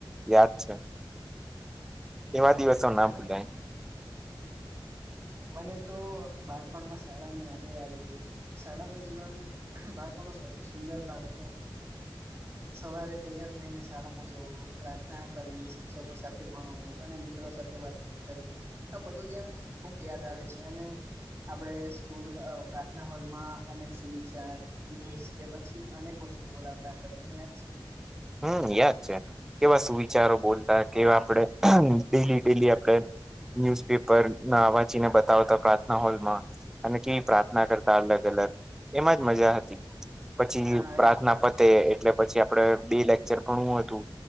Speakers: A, in the centre; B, on the right.
A: યાદ છે.
B: હમ,
A: એવા દિવસો ના
B: મને
A: ભૂલાય.
B: મને તો બાળપણમાં શાળાની યાદો આવી ગઈ શાળામાં જીવન બાળપણ નો સૌથી સુંદર ભાગ હતો. સવારે તૈયાર થાયને શાળામાં જવું. પ્રાર્થના કરવી શિક્ષકો સાથે ભણવુ. અને મિત્રો સાથે વાતચીત કરવી આ બધું જ એમ ખુબ યાદ આવે છે અને આપડે સ્કૂલ પ્રાર્થના હોલમાં અનેક સુવિચાર ન્યૂઝ કે પછી અનેક વસ્ શું બોલાવતા હતા તને યાદ છે.
A: હમ્મ યાદ છે. કેવા સુવિચારો બોલતા કેવા આપડે ડેલી ડેલી આપ આપડે ન્યુઝપેપર ના વાંચીને બતાવતા પ્રાર્થના હોલમાં. અને કય પ્રાર્થના કરતા અલગ-અલગ એમાં જ મજા હતી. પછી
B: હા
A: પ્રાર્થના
B: એજ
A: પતે એટલે પછી આપડે બે લેક્ચર ભણવું હતું.